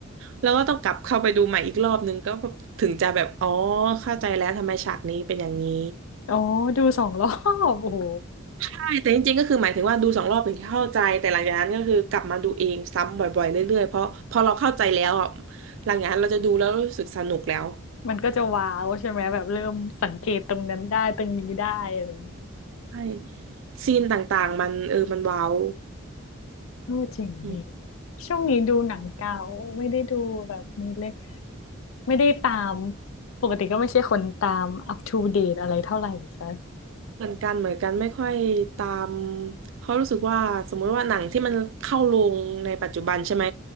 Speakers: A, on the right; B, on the left.
A: แล้วก็ต้องกลับเข้าไปดูใหม่อีกรอบนึงก็ถึงจะแบบอ๋อเข้าใจแล้วทำไมฉากนี้เป็นอย่างนี้
B: อ๋อ ดูสองรอบ <laughs> โอ้โห
A: ใช่แต่จริงๆก็คือหมายถึงว่าดูสองรอบถึงจะเข้าใจแต่หลังจากนั้นก็คือกลับมาดูเองซ้ำบ่อยๆเรื่อยๆเพราะพอเราเข้าใจแล้วอะหลังจากนั้นเราจะดูแล้วรู้สึกสนุกแล้ว
B: มันก็จะว้าวใช่ไหม แบบเริ่มสังเกตตรงนั้นได้ตรงนี้ได้อะไรอย่างนี้
A: ใช่ซีนต่างๆมันเออมันว้าว
B: เออเจริงดี
A: อืม
B: ช่วงนี้ดูหนังเก่าไม่ได้ดูแบบนี้เลยไม่ได้ตาม ปกติก็ไม่ใช่คนตามอัป o d เด e อะไรเท่าไหร่ใช่
A: เหมือนกันเหมือนกันไม่ค่อยตามเพราะรู้สึกว่าสมมุติว่าหนังที่มันเข้าโรงในปัจจุบันใช่ไหม